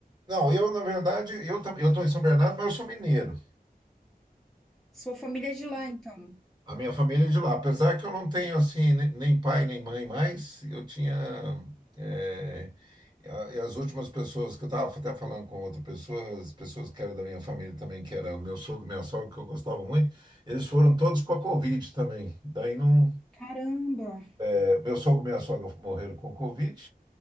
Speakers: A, on the right; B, in the centre.
A: não, eu na verdade eu tam- eu estou em São Bernardo, mas eu sou mineiro.
B: Sua família é de lá, então?
A: A minha família é de lá. Apesar que eu não tenho assim ne- nem pai nem mãe mais, eu tinha. eh, a- e as últimas pessoas que eu estava até falando com outra pessoa, as pessoas que eram da minha família também, que era o meu sogro, minha sogra, que eu gostava muito, eles foram todos com a Covid também. Daí não.
B: Caramba!
A: eh, Meu sogro e minha sogra morreram com Covid.